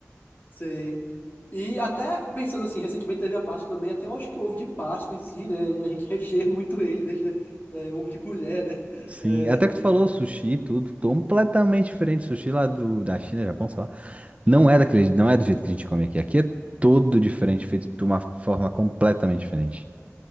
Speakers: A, on the left; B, on the right.
A: Sei. E até pensando assim, recentemente teve a Páscoa também, até eu acho que o ovo de Páscoa em si, né? A gente <laughs> recheia muito ele, deixa é, ovo de colher, né?
B: Sim,
A: É,
B: até que tu falou sushi, e tudo, completamente diferente. Sushi lá do, da China, Japão, sei lá. Não é daquele, não é do jeito que a gente come aqui. Aqui é todo diferente, feito de uma forma completamente diferente.